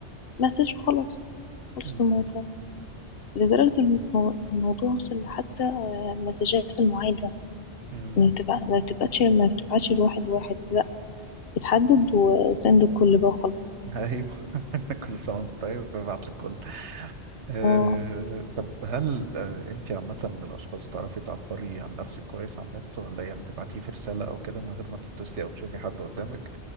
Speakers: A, on the left; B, on the right.
A: مسج وخلاص خلص
B: مم.
A: الموضوع لدرجة المو- الموضوع وصل لحتى آه، مسجات المعايدة
B: مم.
A: ما بتبع... ما بتبعتش ما بتبعتش الواحد واحد لا بتحدد و- وسند الكل بقى وخلاص
B: ايوه <laughs> كل سنه وانت طيب ببعت لك كل أه
A: اه
B: طب هل أه انت عامه من الاشخاص تعرفي تعبري عن نفسك كويس على النت ولا يعني تبعتيه في رساله او كده من غير ما تتصلي او تشوفي حد قدامك